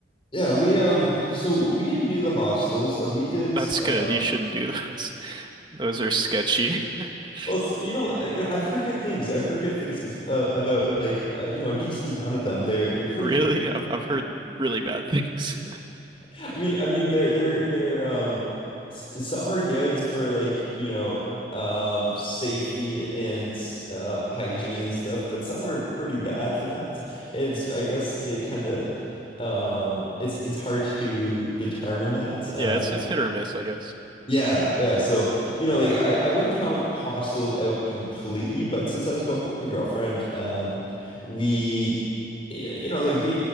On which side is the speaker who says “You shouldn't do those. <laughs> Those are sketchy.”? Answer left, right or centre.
Right